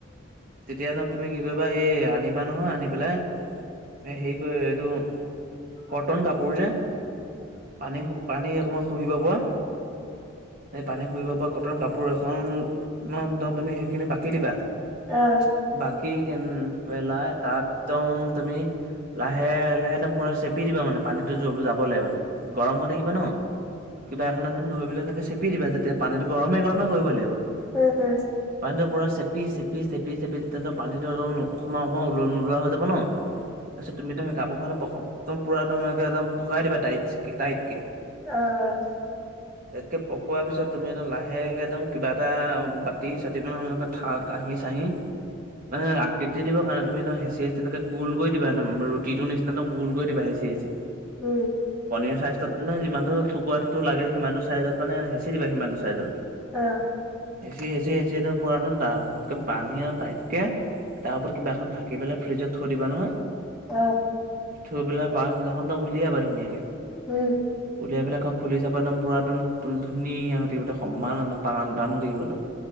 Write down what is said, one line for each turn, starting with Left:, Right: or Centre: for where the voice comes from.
Right: তেতিয়া এড তুমি কি কৰিবা এই আনিবা নহয় আনি পেলাই এই হে কি কয় এইটো কটন কাপোৰ যে পানী পানী অকণমান শুহিব পৰা সেই পানী শুৰিব পৰা কটন কাপোৰ এখনত তুমি সেইখিনি বাকি দিবা
Centre: অ
Right: বাকী কেনে পেলাই তাতদম তুমি লাহে লাহে একদম পুৰা চেপি দিবা মানে পানীতো যাব লে মানে গৰম হৈ থাকিবা ন কিবা ন ধৰিপেলাই তেনেকে চেপি দিবা যেতিয়া পানীটো গৰমে গৰমে কৰিব লাগিব
Centre: উম উম
Right: পানীটোৰ পূৰা চেপি চেপি চেপি চেপি তেন্তে পানীটো অল অকণমান অকণমান নোলোৱা হৈ যাব ন তাৰপিছত তুমি একদম সেই কাপোৰখ একদম পৰা একম একদম পকাই দিবা টাইচ কে টাইট কে
Centre: অ অ
Right: <inaudible> তাতকে পকোৱাৰ পিছত তুমি একদম লাহেকে একদম কিবা এটা বাতি চাতি পি <unintelligible> কাঁহি চাহি মানে আকৃতিত দিব কাৰণে তুমি একদম হেচি হেচি তেনেক গল কৰি দিব একদম ৰুটিৰ নিচিনা একদম গল কৰি দিবা হেচি হেচি
Centre: উম
Right: পনীৰ চাইজটোত মানে যিমানটো টুকুৰাটো লাগে সিমানটো চাইজত মানে হেঁচী দিবা সিমানটো চাইজলৈকে
Centre: অ
Right: হেচি হেচি হেচি পূৰা দাতকে বান্ধি আন তাইতকে তাৰ ওপৰত কিবা এখনঢাক কি পেলাই ফ্ৰিজত থৈ দিবা নহয়
Centre: অ
Right: থৈ পেলাই পাছদিনাখন ত উলিয়াবা ধুনীয়াকে
Centre: উম
Right: সেই বিলাকক খুলি চাব একদম পুৰা একদমম ধুনীয়া হৈ থাকিব সমানম টান টান হৈ থাকিব একদম